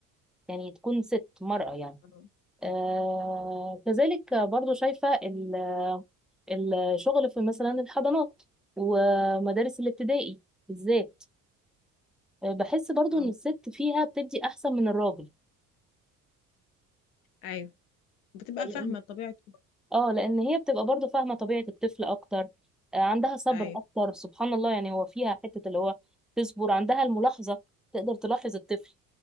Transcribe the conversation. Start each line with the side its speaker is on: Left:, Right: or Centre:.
Centre: يعني تكون ست مرأة يعني
Left: اه
Centre: آه كذلك برضو شايفة ال- الشغل في مثلا الحضانات ومدارس الابتدائي بالذات آه، بحس برضو
Left: اه
Centre: ان الست فيها بتدي احسن من الراجل
Left: ايوه بتبقى
Centre: لأن
Left: فاهمه طبيعه
Centre: اه لان هي بتبقى برضو فاهمة طبيعة الطفل اكتر آه، عندها صبر
Left: ايوه
Centre: اكتر سبحان الله يعني هو فيها حتة اللي هو تصبر عندها الملاحظة تقدر تلاحظ الطفل